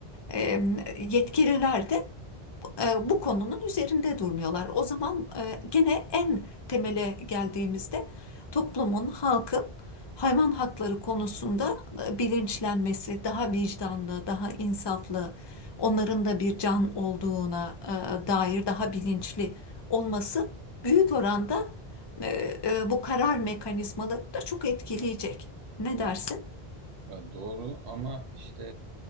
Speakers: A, on the left; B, on the right.
A: e, yetkililer de e, bu konunun üzerinde durmuyorlar. O zaman e, gene en temele geldiğimizde toplumun, halkın hayvan hakları konusunda e, bilinçlenmesi, daha vicdanlı, daha insaflı, onların da bir can olduğuna e, dair daha bilinçli olması büyük oranda e, e, bu karar mekanizmalarını da çok etkileyecek. Ne dersin?
B: Ya doğru ama işte